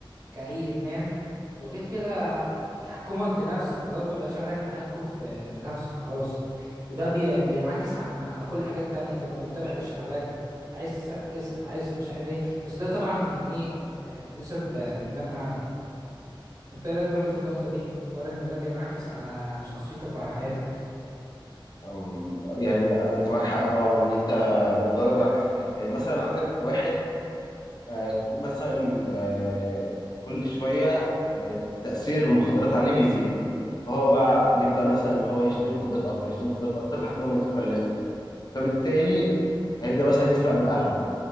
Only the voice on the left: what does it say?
أم، يعني انت معاك حق طبعا ان انت الموضوع ده بيعكس يعني مثلا عندك واحد آه، ك- مثلا آه، كل شويه آه، تاثير المخدرات عليه بيزيد فهو بقى بيبدا مثلا ان هو يشتري مخدرات اكتر يشتري مخدرات اكتر لحد ما تزيد تفلسه فبالتالي هيبدا مثلا يسرق من اهله